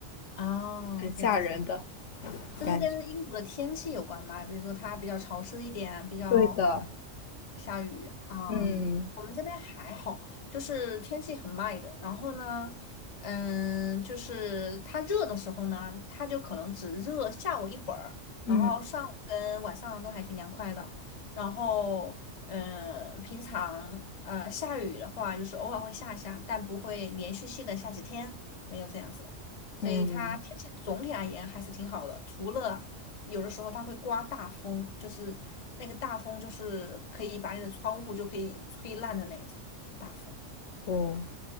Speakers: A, on the left; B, on the left.
A: 哦，
B: 很吓人的
A: 这样子。这是跟英国的天气有关吗？
B: 感觉。
A: 比如说它比较潮湿一点，比较
B: 对的，
A: 下雨啊。
B: 嗯
A: 我们这边还好，就是天气很 m 的。然后呢，嗯，就是它热的时候呢，它就可能只热下午一会儿，
B: 嗯
A: 然后上午跟晚上都还挺凉快的。然后，嗯，平常呃下雨的话，就是偶尔会下一下，但不会连续性的下几天，没有这样子的。所以它天气总体而言还是挺好的，
B: 嗯，
A: 除了有的时候它会刮大风，就是那个大风就是可以把你的窗户就可以吹烂的那种大风。
B: 哦。